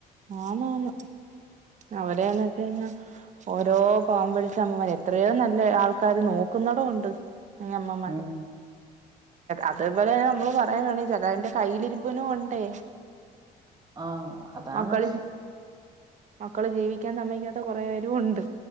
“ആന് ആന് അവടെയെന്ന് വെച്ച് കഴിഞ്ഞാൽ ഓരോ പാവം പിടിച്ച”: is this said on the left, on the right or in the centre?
Right